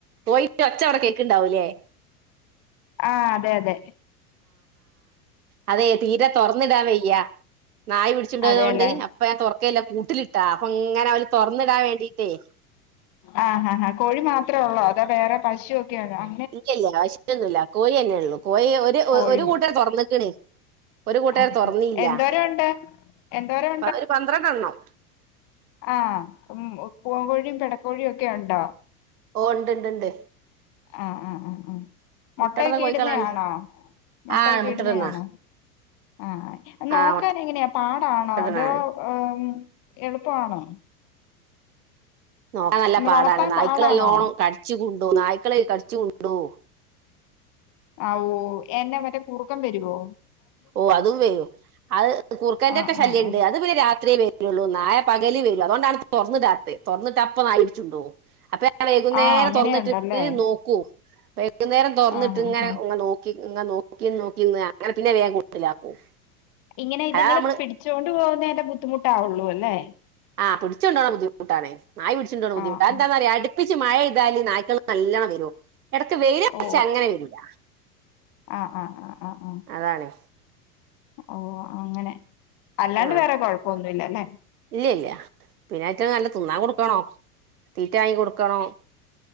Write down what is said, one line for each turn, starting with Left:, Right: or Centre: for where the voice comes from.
Right: കോയിന്റെ ഒച്ച അവ്ടെ കേക്ക്ണ്ടാവൂല്ലേ
Left: ആ അതെ അതെ
Right: അതേയ് തീരെ തൊർന്ന്ടാൻ വയ്യാ നായ പിടിച്ച്ണ്ടതോണ്ട്
Left: അതെല്ലേ
Right: അപ്പ ഞാൻ തൊറക്കല് ല്ല കൂട്ട്ലിട്ടാ അപ്പൊങ്ങനെ അവര് തൊർന്ന്ടാൻ വേണ്ടീറ്റേയ്
Left: ആ ആ ആ കോഴി മാത്രേ ഒള്ളോ അതോ വേറെ പശുവൊക്കെ യുണ്ടോ ആ
Right: ഇല്ല്യ ഇല്ല്യ പശുവൊന്നുല്ല കോയിന്നെ ഒള്ളു കോയി ഒരു
Left: കോഴി
Right: ഒരു കൂട്ടര് തൊർന്നക്ക്ണ് ഒര് കൂട്ടുകരെ
Left: ആഹ്
Right: തൊറന്നില്ലാ
Left: ഹാ എന്തോരം ഉണ്ട് എന്തോരം
Right: ആ ഒര് പന്ത്രണ്ട് എണ്ണം
Left: ആ ഉം പൂവൻ കോഴിയും പെടക്കോഴിയും ഒക്കെ യുണ്ടോ
Right: ഓ ഇണ്ട് ണ്ട് ണ്ട്
Left: ആ ആ ആ ഉം മൊട്ടയൊക്കെ
Right: മുട്ടട്ന്ന കോഴിക്കളാണ്
Left: ഇട്ന്നേ ആണോ മൊട്ടയൊക്കെ
Right: ആഹ് മുട്ടട്ന്നാ
Left: ഇട്ന്നേയാണോ ആ നോക്കാൻ
Right: ആഹ്
Left: എങ്ങനെയാ പാടാണോ
Right: മുട്ടട്ന്നാണ്
Left: അതോ ഉം എള്പ്പമാണോ
Right: നോക്കാൻ നല്ല
Left: ഉം,
Right: പാടാണ്
Left: വളർത്താൻ
Right: നായ്ക്കള്
Left: പാടാണോ
Right: നല്ലാണം കട്ച്ച് കൊണ്ടോവും നായ്ക്കള് കട്ച്ച് കൊണ്ടോവും
Left: ആ ഓ എന്നാ മറ്റേ കുറ്ക്കം വെര് വൊ
Right: ഓ അതും വെരും അത് കുർക്കന്റോക്കെ
Left: ആഹ്
Right: ശല്യണ്ട്
Left: ആഹ് ആഹ്
Right: അത് പിന്നെ രാത്രിയേ വെ ള്ളൂ നായ പകലേ വെരൂ അതോണ്ടാണ് തൊറന്ന് ഇടാത്തെ തൊറന്ന് ഇട്ട അപ്പാ നായാ പിടിച്ചോണ്ടോ പോവും അപ്പെ- പിന്നെ വൈകുന്നേരം
Left: ആഹ് അങ്ങനെയുണ്ടല്ലേ
Right: തൊറന്ന് ഇട്ടിട്ട് നോക്കൂവോ വൈകുന്നേരം തൊറന്ന്
Left: ആഹ്
Right: ഇട്ട് ഇങ്ങനെ
Left: ആഹ് ആഹ്
Right: ഇങ്ങാ നോക്കി ഇങ്ങെ നോ നോക്കി ഇന്ന് നോക്കി ഇന്ന് അങ്ങനെ പിന്നെ വേഗം കൂട്ടിലാക്കും
Left: ഇങ്ങനെ ഇതിങ്ങള്
Right: അതാ നമ്മള്
Left: പിടിച്ചോണ്ട് പോകുന്നേൻ്റെ ബുദ്ധിമുട്ടാവു ഒള്ളു അല്ലേ
Right: ആഹ് പിടിച്ചു കൊണ്ട് പോവണാ ബുദ്ധിട്ടാണ് നായ പിടിച്ചോണ്ടോ പോന്നാ ബുദ്ധമുട്ടാ
Left: ആഹ്
Right: അത്
Left: ആഹ്
Right: എന്താന്ന് അറിയോ അ പ്രതേകിച്ച് മഴ പെയ്താല് നായ്ക്കള് നല്ലാണം വെരും എടക്ക് വെയില്
Left: ഓ
Right: അച്ച് അങ്ങനെ വെരില്ല
Left: ആഹ് ആഹ് ആഹ് ആഹ് ആഹ്
Right: അതാണ്
Left: ഓ അങ്ങനെ അല്ലാണ്ട്
Right: ആ
Left: വേറെ കൊഴപ്പൊന്നും ഇല്ല അല്ലെ
Right: ഇല്ല ഇല്ല പിന്നെ അവറ്റകൾ നല്ല തിന്നാൻ കൊട്ക്കണോ തീറ്റാ വാങ്ങി കൊട്ക്കണോ